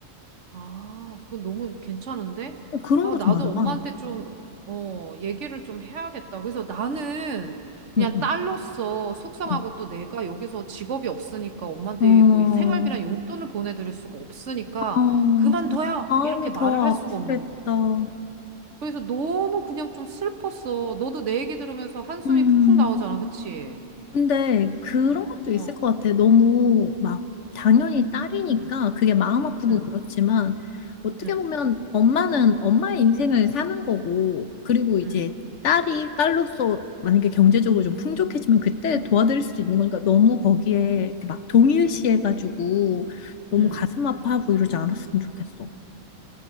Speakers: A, on the right; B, on the left.
A: 아, 그건 너무 괜찮은데?
B: 어, 그런
A: 아,
B: 거
A: 나도
B: 좀 알아봐.
A: 엄마한테 좀, 어, 얘기를 좀 해야겠다. 그래서 나는 그냥
B: 응, 응,
A: 딸로서 속상하고
B: 응.
A: 또 내가 여기서 직업이 없으니까 엄마한테
B: 어,
A: 뭐이 생활비나 용돈을 보내드릴 수가 없으니까
B: 어,
A: 그만둬요!
B: 마음이
A: 이렇게 말을
B: 더
A: 할 수가 없는
B: 아프겠다.
A: 거야. 그래서 너무 그냥 좀 슬펐어. 너도 내 얘기 들으면서 한숨이
B: 음.
A: 푹푹 나오잖아. 그치?
B: 근데 그런 것도 있을
A: 어,
B: 것 같아. 너무 막 당연히 딸이니까 그게 마음 아프고
A: 응,
B: 그렇지만 어떻게
A: 응,
B: 보면 엄마는 엄마의 인생을 사는 거고 그리고 이제
A: 응,
B: 딸이 딸로서 만약에 경제적으로 좀 풍족해지면 그때 도와드릴 수도 있는 거니까 너무 거기에 이렇게 막 동일시해가지고
A: 응,
B: 너무
A: 응.
B: 가슴 아파하고 이러지 않았으면 좋겠어.